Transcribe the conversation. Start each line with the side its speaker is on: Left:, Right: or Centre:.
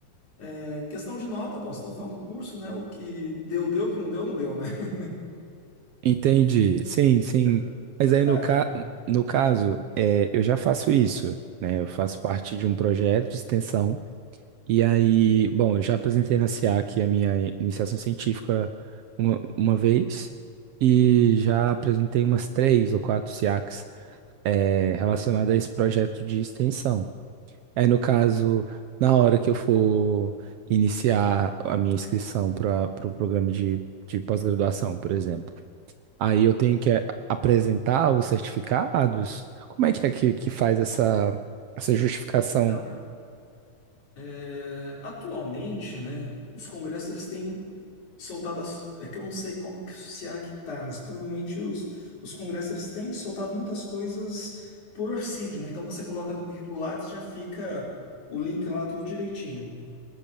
Left: É, questão de nota, bom, vocês estão falando do curso, né? O que deu, deu, o que não deu, não deu, né? <laughs>
Right: Entendi, sim, sim.
Left: É,
Right: Mas
Left: é
Right: aí,
Left: tarde
Right: no, ca,
Left: para.
Right: no caso, é, eu já faço isso, né? Eu faço parte de um projeto de extensão. E aí, bom, eu já apresentei na SEAC a minha iniciação científica uma, uma vez e já apresentei umas três ou quatro SEACs é, relacionado a esse projeto de extensão. Aí, no caso, na hora que eu for iniciar a minha inscrição para o pro programa de, de pós-graduação, por exemplo, aí eu tenho que é, apresentar os certificados? Como é que é que, que faz essa, essa justificação?
Left: Então, É, atualmente, né, os congressos eles têm soltado as, é que eu não sei como que o SEAC tá, mas provavelmente os, os congressos eles têm soltado muitas coisas por orcídio, né? Então você coloca no currículo Lattes, já fica o link lá tudo direitinho